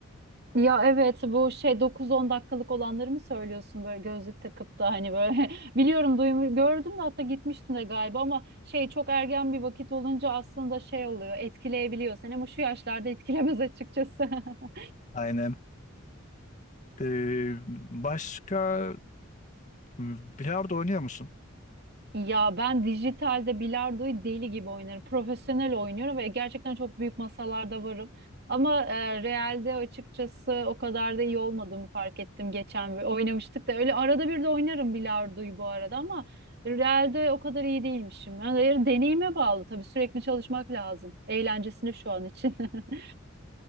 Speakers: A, on the right; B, on the left.
A: Ya evet bu şey dokuz-on dakikalık olanları mı söylüyorsun böyle gözlük takıp da hani böyle <laughs> biliyorum duymuş gördüm de hatta gitmiştim de galiba ama şey çok ergen bir vakit olunca aslında şey oluyor etkileyebiliyor seni ama şu yaşlarda etkilemez açıkçası. <laughs>
B: Aynen. Ee, başka m, bilardo oynuyor musun?
A: Ya ben dijitalde bilardoyu deli gibi oynarım. Profesyonel oynuyorum ve gerçekten çok büyük masalarda varım. Ama e, realde açıkçası o kadar da iyi olmadığımı fark ettim geçen ve oynamıştık da öyle arada bir de oynarım bilardoyu bu arada ama realde o kadar iyi değilmişim. Yani deneyime bağlı tabii sürekli çalışmak lazım. Eğlencesini şu an için. <laughs>